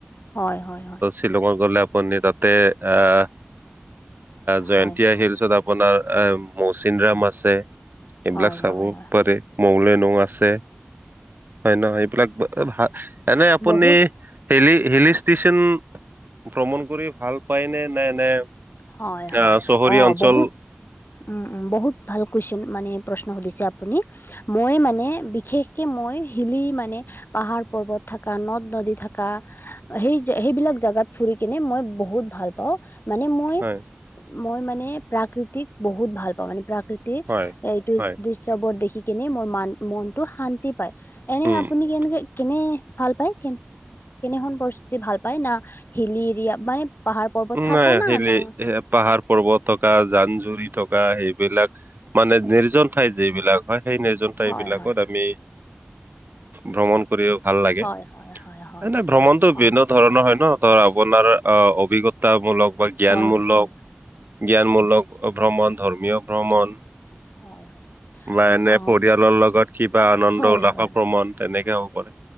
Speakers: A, on the left; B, on the right.
A: হয়, হয়, হয়।
B: শিলঙত গ'লে আপুনি, তাতে আহ জয়ন্ত
A: হয়,
B: হিলছত আ আপোনাৰ এ মৌচিন ৰাম আছে। এইবিলাক
A: হয়,
B: চাব
A: হয়, হয়,
B: পাৰে, <unintelligible> আছে। হয়, নহয় এইবিলাক ভা এনেই আপুনি
A: বহুত
B: হিলি-হিলি ষ্টেচন ভ্ৰমণ কৰি ভাল পায় নে, নে
A: হয়, হয়,
B: আহ চহৰীয়া
A: অ'
B: অঞ্চল
A: বহুত উম, উম, বহুত ভাল কুৱেশচন মানে প্ৰশ্ন সুধিছে আপুনি। মই মানে বিশেষকে, মই হিলি মানে পাহাৰ-পৰ্বত থকা, নদ-নদী থকা সেই-সেইবিলাক জাগাত ফুৰি কিনে মই বহুত ভাল পাওঁ, মানে মই
B: হয়।
A: মই মানে প্ৰাকৃতিক বহুত ভাল পাওঁ, মানে প্ৰাকৃতিৰ
B: হয়
A: এইটো
B: হয়
A: <unintelligible> দেখি কিনে মোৰ মান মনটো শান্তি পায়, এনে
B: উম
A: আপুনি কেনেকে কেনে ভাল পায়, কেনে-কেনেখন পৰিস্থিতি ভাল পায়, না হিলি এৰিয়া মানে পাহাৰ-পৰ্বত থাকা
B: নাই
A: না,
B: হিলি
A: ন
B: পাহাৰ পৰ্বত থকা, জান-জুৰি থকা সেইবিলাক মানে নিজন ঠাই যে এইবিলাক হয়, সেই <unintelligible> ঠাই
A: হয়
B: বিলাকত আমি ভ্ৰমণ কৰিব ভাল
A: হয়
B: লাগে,
A: হয় হয় হয় হয়
B: এ না ভ্ৰমণটো বিভিন্ন
A: অ
B: ধৰণৰ হয় নহ। আপোনাৰ অ' অভিজ্ঞতামূলক বা জ্ঞানমূলক
A: হয় হয়
B: জ্ঞানমূলক
A: হয় হয়
B: ভ্ৰমণ, ধৰ্মীয় ভ্ৰমণ <unintelligible>
A: হয় হয়
B: এনে
A: অ
B: পৰিয়ালৰ লগত কিবা আনন্দ
A: হয়
B: উল্লাহৰ
A: হয়
B: ভ্ৰমণ। তেনেকে হ'ব পাৰে,